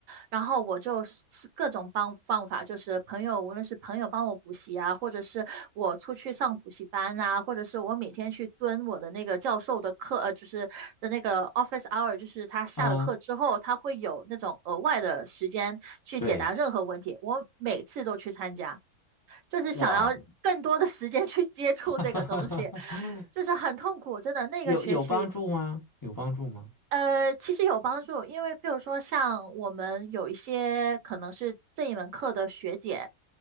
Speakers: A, on the right (about 70°); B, on the left (about 25°).
A: 然后我就是各种帮方法，就是朋友，无论是朋友帮我补习啊，或者是我出去上补习班啊，或者是我每天去蹲我的那个教授的课，呃，就是的那个 office hour，就是他下了课之后，
B: 嗯，
A: 他会有那种额外的时间去解答任何问题，
B: 对，
A: 我每次都去参加，就是想要更多的时间去接触这个东西，
B: 哇，<laughs>
A: 就是很痛苦，真的那个学期。
B: 有有帮助吗？有帮助吗？
A: 呃，其实有帮助，因为譬如说，像我们有一些可能是这一门课的学姐，